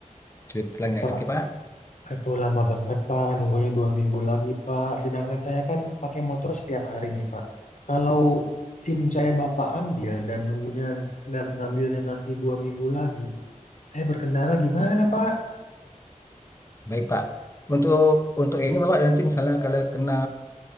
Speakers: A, on the left; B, on the left.
A: slip pelanggan.
B: Pak,
A: Oke pak,
B: itu lama banget, Pak. Nunggunya dua minggu lagi, Pak. Sedangkan saya kan pakai motor setiap hari nih, Pak. Kalau SIM saya Bapak ambil dan nunggunya dan ngambilnya nanti dua minggu lagi, saya berkendara gimana, Pak?
A: baik pak. Untuk untuk ini bapak nanti misalnya kalau kena